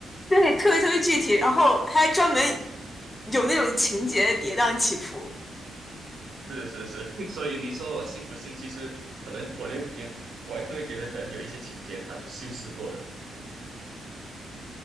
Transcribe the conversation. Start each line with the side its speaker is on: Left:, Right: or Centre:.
Left: 对，特别特别具体，然后还专门有那种情节的跌宕起伏。
Right: 是是是，<laughs> 所以你说我信不信？其实可能我就会觉我还是会觉得可能有一些情节他就修饰过了。